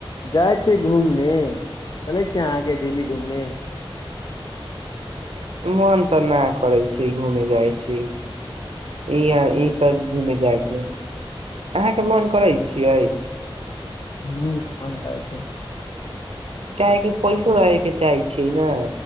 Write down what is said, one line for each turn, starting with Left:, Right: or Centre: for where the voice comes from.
Left: जाइत छियै घूमने चलै छियै अहाँके दिल्ली घूमने।
Right: मोन तऽ नहि करै छै घूमेय जाइ छी इह ईसभ घूमेय जायके अहाँके मोन करै छियै।
Left: हू बन्द करै छै।
Right: काहेक पैसो रहगै के चाहै छियै ने